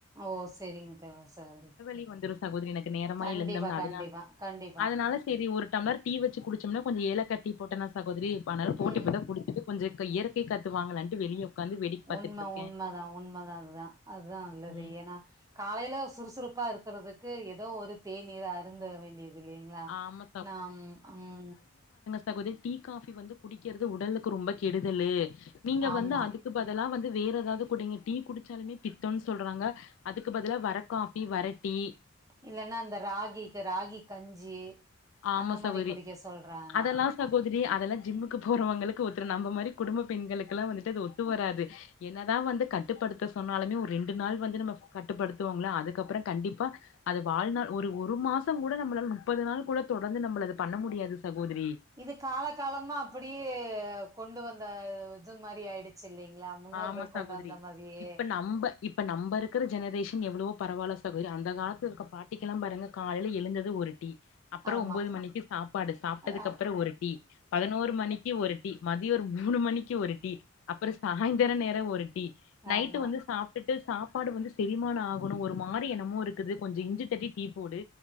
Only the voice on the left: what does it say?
கி வந்துரு சகோதரி எனக் நேரமா
எழுந்தம்னாலயா
அதனால செரி ஒரு டம்ளர் டீ வச்சு குடிச்சம்னா கொஞ்ச ஏலக்கா டீ போட்டனா சக் கோதிரி பணல் போட்டு
இப்பதா குடிச்சிட்டு கொஞ்ச க இயற்கை காத்து வாங்களான்ட்டு வெளிய உக்காந்து வேடிக்க பாத்துட்டு
இருக்கே
ம்
ஆமா
சகோதிரி டீ காபி வந்து குடிக்கிறது உடலுக்கு ரொம்ப கெடுதலு நீங்க
வந்து அதுக்கு பதிலா வந்து வேற எதாவது குடிங்க டீ குடிச்சாலுமே பித்தம்ன்னு சொல்றாங்க அதுக்கு பதிலா வர காப் டீ வரட்டி
ஆமா
சகோதரி
அதெல்லா சகோதரி அதெல்லா ஜிம்முக்கு போறவங்களுக்கு ஒத்துரு நம்ம மாரி குடும்பப் பெண்களுக்குல்லா வந்துட்டு அது ஒத்து வராது என்னதா வந்து கட்டுப்படுத்த சொன்னாலுமே ஒரு ரெண்டு நாள் வந்து நம்ம கட்டுப்படுத்துவோங்ள அதுக்கப்பறொ கண்டிப்பா அது வாழ்நாள் ஒரு ஒரு மாசொ கூட நம்மளால முப்பது நாள் கூட தொடர்ந்து நம்மள அது பண்ண முடியாது சகோதரி
ஆமா
சகோதரி
இப்ப நம்ப இப்ப நம்ப இருக்குற ஜெனரேஷன் எவ்ளவோ பரவால்ல ச சகோதரி அந்த காலத்து இருக்க பாட் ட்டிக்குலா பாருங்க காலையல எழுந்தது ஒரு டீ அப்பறொ
ஒம்பது மணிக்கு சாப்பாடு சாப்பிட்டதுக்கப்பறொ
ஒரு டீ பதினோரு மணிக்கு ஒரு டீ மதியொ ஒரு மூணு மணிக்கு ஒரு டீ அப்பறம் சாய்ந்தர நேர ஒரு டீ நைட்
வந்து சாப்ட்டுட் டு சாப்பாடு வந்து செரிமான ஆகணு ஒரு மாரி என்னமோ இருக்குது கொஞ்சொ இஞ்சி தட்டி டீ போடு